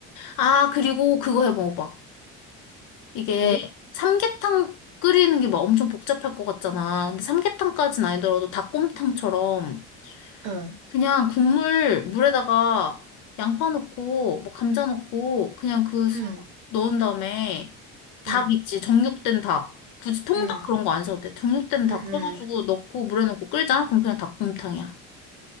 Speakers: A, on the left (about 75°); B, on the right (about 75°).
A: 아 그리고 그거 해 먹어봐. 이게
B: 뭐?
A: 삼계탕 끓이는 게 막 엄청 복잡할 것 같잖아. 근데 삼계탕까진 아니더라도 닭곰탕처럼
B: 어,
A: 그냥 국물 물에다가 양파 넣고 뭐 감자 넣고 그냥 그 스-
B: 응,
A: 넣은 다음에 닭
B: 응,
A: 있지 정육된 닭 굳이 통닭
B: 응,
A: 그런 거 안 사도 돼 정육된 닭
B: 응, 응.
A: 해가지고 넣고 물에 넣고 끓이잖아 그럼 그냥 닭곰탕이야